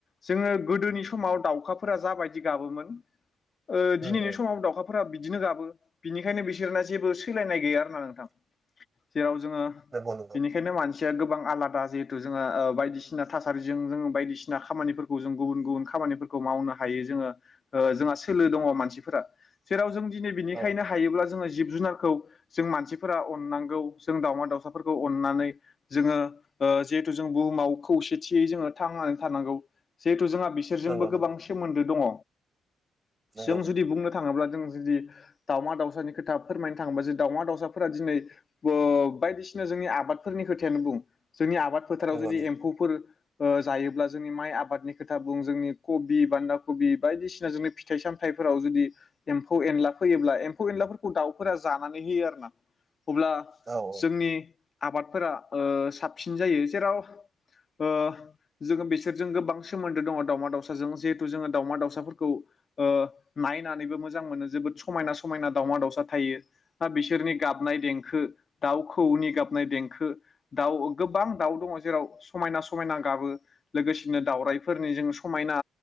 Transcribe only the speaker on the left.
जोङो गोदोनि समाव दाउखाफोरा जाबायदि गाबोमोन ओ
दिनैनि
समाव दाउखा फोर बिदिनो गाबो बिनिखायनो बिसोरना जेबो सोलायनाय गैया आर ना नोंथां जेराव जोङो
बिनिखायनो मानसि या गोबां आलादा जिहेथु जोङो ओ बायदिसिना थासारिजों जों बायदिसिना खामानिफोर गु जों गुबुन-गुबुन खामानि मावनो हायो जोङो ओ जोंहा सोलो दङ मानसिफोरा जेराव जों दिनै बिनिखायनो
हायोब्ला जोङो जिब जुनारखौ जों मानसिफोरा अननांगौ जों दाउमा दाउसाफोरखौ अननानै जोङो ओ जिहेथु जों बुहुमाव खौसेथियै जोङो थांनानै थानांगौ जिहेथु जोंहा बिस सोरजोंबो
गोबां सोमोन्दो दङ
जों
जुदि बुंनो थांङोब्ला जों जुदि दाउमा दाउसानि खोथा फोरमायनो थाङोबा जे दाउमा दाउसाफोरा दिनै बो बायदिसिना जोंनि आबादफोरनि खोथायानो बुं जोंनि आबाद फोथाराव
जुदि
एम्फौफोर ओ जायोब्ला जोंनि माइ आबादनि खोथा बुं जोंनि कबि बान्दा कबि बायदिसिना जोंनो फिथ फिथाइ सामथाइफोराव जुदि एम्फौ-एनला फैयोब्ला एम्फौ-एनलाफोरखौ दाउफोरा जानानै होयो आरो ना। अब्ला
जोंनि आबादफोरा ओ साबसिन जायो जेराव ओ जोङो बिसोरजों गोबां सोमोन्दो दङ दाउमा दावसाजों जिहेथु जोङो दावमा दावसाफोरखौ ओ नायनानैबो मोजां मोनो जोबोद समायना - समायना दावमा-दावसा थायो। हा बिसोरनि गाबनाय देंखो दाउखौनि गाबनाय देंखो। दाउ गोबां दाउ दंङ जेराव समायना समायना गाबो। लोगोसेनो दाउरायफोरनि जों समायना